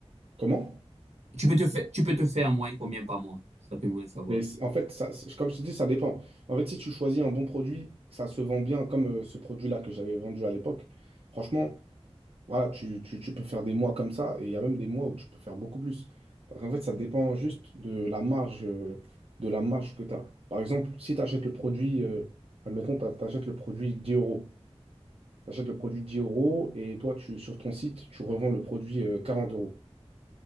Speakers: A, on the right; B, on the right.
A: Comment?
B: Tu peux te faire, tu peux te faire en moyenne combien par mois? Ça peut vous savoir.
A: Mais c'est- en fait, ça, c'est- comme je te dis, ça dépend. En fait, si tu choisis un bon produit, que ça se vend bien, comme euh, ce produit-là que j'avais vendu à l'époque, franchement, voilà, tu, tu- tu peux faire des mois comme ça, et il y a même des mois où tu peux faire beaucoup plus. Parce qu'en fait, ça dépend juste de la marge, euh, de la marge que tu as. Par exemple, si tu achètes le produit, euh, admettons, tu achètes le produit 10 euros. Tu achètes le produit 10 euros, et toi, tu, sur ton site, tu revends le produit euh, 40 euros.